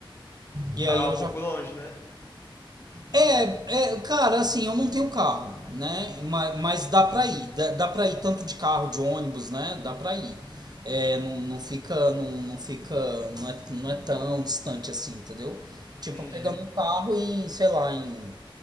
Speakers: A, on the right; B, on the left.
A: E
B: Ah,
A: aí eu
B: um pouco
A: já
B: longe, né?
A: É, é, cara, assim, eu não tenho carro, né? Mas, mas dá pra ir. Dá, dá pra ir tanto de carro, de ônibus, né? Dá pra ir. É, não, não fica. Não, não fica. Não é, não é tão distante assim, entendeu?
B: Entendi.
A: Tipo, pegando um carro em, sei lá, em,